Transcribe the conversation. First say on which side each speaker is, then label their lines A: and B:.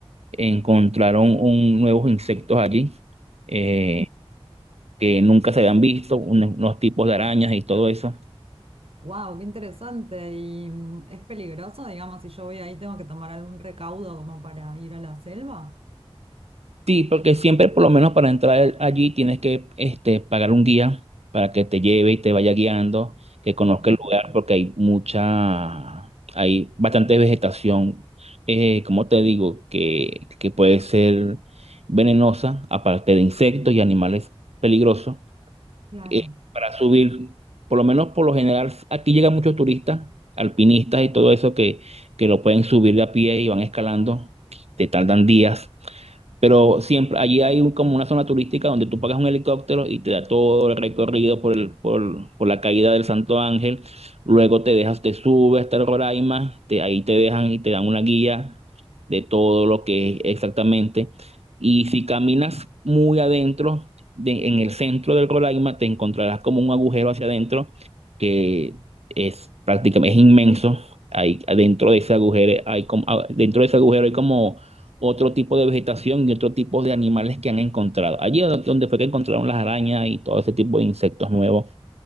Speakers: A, on the right; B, on the right.
A: encontraron un, nuevos insectos allí eh, que nunca se habían visto, unos, unos tipos de arañas y todo eso.
B: Wow, qué interesante. ¿Y mm, es peligroso, digamos, si yo voy ahí, tengo que tomar algún recaudo como para ir a la selva?
A: Sí, porque siempre, por lo menos para entrar allí, tienes que este, pagar un guía para que te lleve y te vaya guiando, que conozca
B: Mm,
A: el lugar, porque hay mucha, hay bastante vegetación, eh, como te digo, que, que puede ser venenosa, aparte de insectos y animales peligrosos.
B: claro.
A: Eh, para subir, por lo menos por lo general, aquí llegan muchos turistas, alpinistas y todo eso que, que lo pueden subir de a pie y van escalando, te tardan días pero siempre, allí hay un- como una zona turística donde tú pagas un helicóptero y te da todo el recorrido por, el, por, por la caída del Santo Ángel. Luego te dejas, te subes hasta el Roraima, te, ahí te dejan y te dan una guía de todo lo que es exactamente. Y si caminas muy adentro, de- en el centro del Roraima, te encontrarás como un agujero hacia adentro que es prácticamente es inmenso. Ahí, adentro de ese agujero hay como, ah, dentro de ese agujero hay como otro tipo de vegetación y otro tipo de animales que han encontrado. Allí es donde fue que encontraron las arañas y todo ese tipo de insectos nuevos